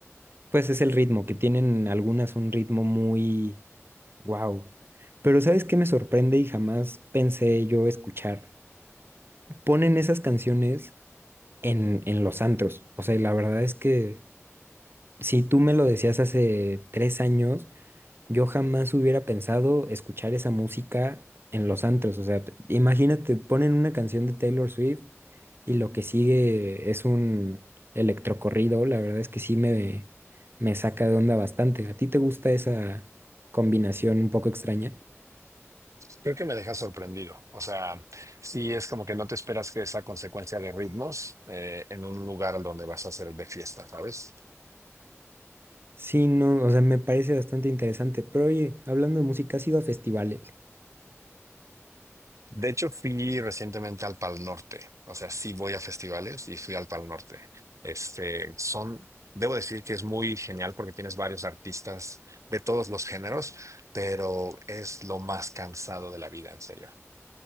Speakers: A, on the right; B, on the right.
A: pues es el ritmo, que tienen algunas un ritmo muy wow. Pero ¿sabes qué me sorprende y jamás pensé yo escuchar? Ponen esas canciones en, en los antros. O sea, y la verdad es que si tú me lo decías hace tres años, Yo jamás hubiera pensado escuchar esa música en los antros. O sea, imagínate, ponen una canción de Taylor Swift y lo que sigue es un electrocorrido. La verdad es que sí me, me saca de onda bastante. ¿A ti te gusta esa combinación un poco extraña?
B: Creo que me deja sorprendido. O sea, sí es como que no te esperas que esa consecuencia de ritmos eh, en un lugar donde vas a hacer de fiesta, ¿sabes?
A: Sí, no, o sea, me parece bastante interesante. Pero oye, hablando de música, ¿has ido a festivales?
B: De hecho, fui recientemente al Pal Norte. O sea, sí voy a festivales y fui al Pal Norte. Este, son, debo decir que es muy genial porque tienes varios artistas de todos los géneros, pero es lo más cansado de la vida, en serio.